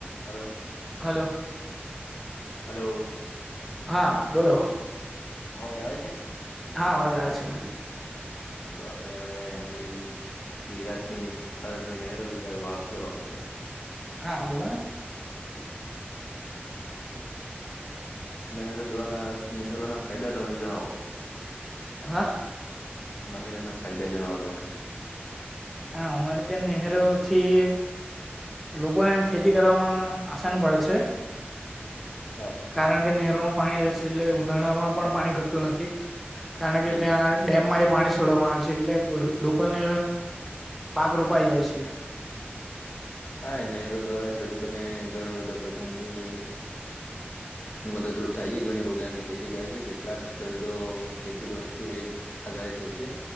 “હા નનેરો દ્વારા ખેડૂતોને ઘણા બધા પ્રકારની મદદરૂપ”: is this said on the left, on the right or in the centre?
Left